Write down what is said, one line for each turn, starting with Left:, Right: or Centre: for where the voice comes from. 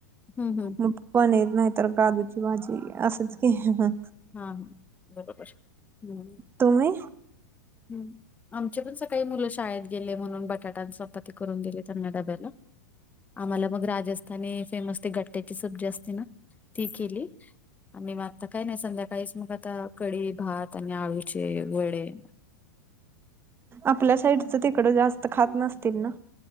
Left: हम् हम्म
Right: मग पनीर नाही तर काजूची भाजी असंच की हं हं
Left: हा हा बरोबर. हम्म
Right: तुम्ही?
Left: हम्म, आमचे पण सकाळी मुलं शाळेत गेले म्हणून बटाट्यांच चपाती करून दिले त्यांना डब्याला, आम्हाला मग रात राजस्थानी फेमस गट्याची सब्जी असते ना. ती केली आणि आता काय नाही संध्याकाळी स मग आता कडी, भात आणि आळूचे गोळे
Right: आपल्या साईटच तिकडं जास्त खात नसतील ना?